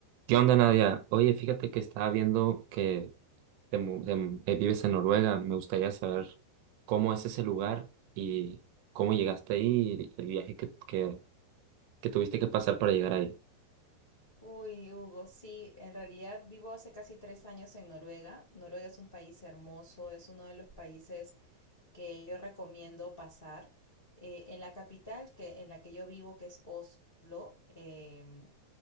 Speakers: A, on the right; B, on the left.
A: ¿Qué onda, Nadia? Oye, fíjate que estaba viendo que te mu- te mu- eh, vives en Noruega. Me gustaría saber cómo es ese lugar y cómo llegaste ahí y el viaje que, que, que tuviste que pasar para llegar ahí.
B: Uy, Hugo, sí, en realidad vivo hace casi tres años en Noruega. Noruega es un país hermoso, es uno de los países que yo recomiendo pasar. Eh, en la capital que, en la que yo vivo, que es Oslo, em,